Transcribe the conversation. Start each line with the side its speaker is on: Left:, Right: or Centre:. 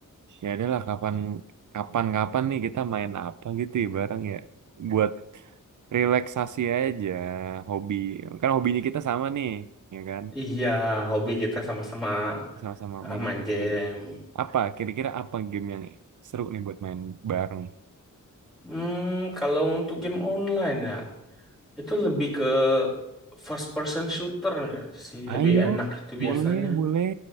Right: ya adalah kapan kapan kapan nih kita main apa gitu ya bareng ya buat relaksasi aja hobi kan hobinya kita sama nih ya kan
Centre: Iya, hobi kita sama-sama
Right: sama-sama
Centre: ah,
Right: main
Centre: main game.
Right: game apa kira-kira apa game yang seru nih buat main bareng
Centre: Hmm, kalau untuk game online ya, Itu lebih ke first person shooter nggak sih, lebih
Right: ayo
Centre: enak itu biasanya.
Right: boleh boleh